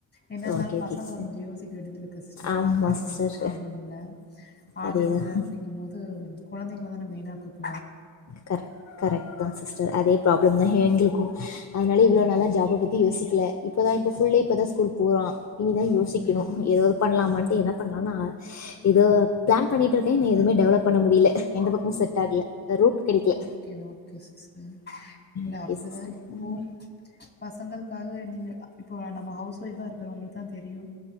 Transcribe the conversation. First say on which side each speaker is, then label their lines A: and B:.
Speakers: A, on the left (about 20°); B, on the left (about 40°).
A: என்ன இருந்தாலும்
B: ஓகே ஓகே
A: பசங்களை
B: சிஸ்
A: கொஞ்சம் யோசிக்க வேண்டியது இருக்கு சிஸ்டர்
B: ஆமா
A: பார்க்க ஆள்
B: சிஸ்டர்
A: இருந்தா ப்ராப்ளம் இல்லை ஆள்
B: அதேதா
A: இல்லை அப்படிங்கும் போது குழந்தைங்கள தான மெியினா கூட்
B: கரெக்ட் கரெக்ட் தான் சிஸ்டர் அதே ப்ராப்ளம் தான் எங்களுக்கும் அதனால இவ்ளோ
A: ம்.
B: நல்ல ஜாப் பத்தி யோசிக்கல இப்பதான் இப்ப ஃபுல் டே இப்பதான்
A: இப்
B: ஸ்கூல் போறான் இனிதான் யோசிக்கணும்
A: ம்.
B: ஏதாவது பண்ணலாமான்னு என்ன பண்ணலாம்னு பிளான் பண்ணிட்டு இருக்கேன் எதுவுமே டெவலப் பண்ண முடிய எந்த பக்கமும் செட் ஆகல ரூட் கிடைக்கல
A: ஓகே ஓகே சிஸ் ம் இல்ல
B: ஓகே
A: அப்படிதான்
B: சிஸ்டர்
A: இப்போ
B: ம்
A: பசங்களுக்காக வேன்டிங்க இப்போ நம்ம ஹவுஜக்ஷஸ் வைஃப் பா இருக் வங்களுக்கு தான் தெரியும்